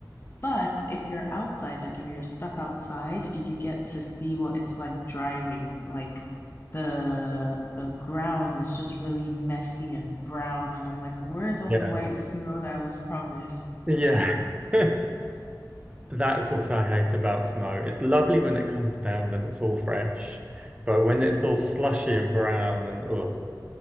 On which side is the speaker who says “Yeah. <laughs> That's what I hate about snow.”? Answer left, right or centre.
Right